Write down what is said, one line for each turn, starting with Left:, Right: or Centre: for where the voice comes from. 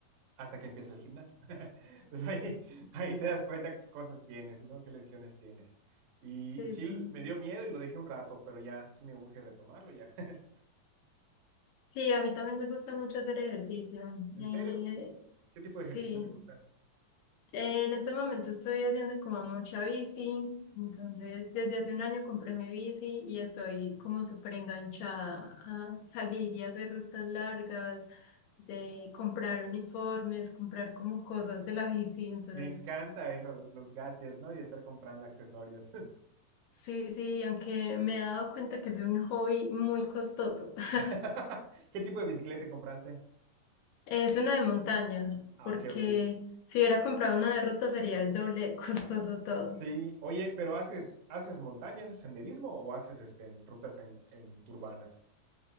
Right: hasta que empieza el gimnasio. <laughs> Entonces ahí, ahí te das cuenta qué cosas tienes, ¿no? Qué lesiones tienes. Y
Left: sí,
Right: sí,
Left: sí.
Right: me dio miedo y lo dejé un rato, pero ya sí me urge retomarlo ya. <laughs>
Left: Sí, a mí también me gusta mucho hacer ejercicio.
Right: En
Left: Eh,
Right: serio, ¿qué tipo de
Left: sí,
Right: ejercicio te gusta?
Left: Eh, en este momento estoy haciendo como mucha bici. Entonces, desde hace un año compré mi bici y estoy
Right: Ah, excelente.
Left: como súper enganchada a salir y hacer rutas largas, de comprar uniformes, comprar como cosas de la bici. Entonces,
Right: Me encanta eso, los gadgets, ¿no? Y estar comprando accesorios.
Left: Sí, sí, aunque me he dado cuenta que es un hobby muy costoso. <laughs>
Right: <laughs> ¿Qué tipo de bicicleta compraste?
Left: Es una de montaña,
Right: Ah,
Left: porque
Right: ok, ok.
Left: si hubiera comprado una de ruta sería el doble <laughs> de costoso todo.
Right: Sí, oye, pero ¿haces, haces montañas, haces senderismo o haces este, en rutas en, en urbanas?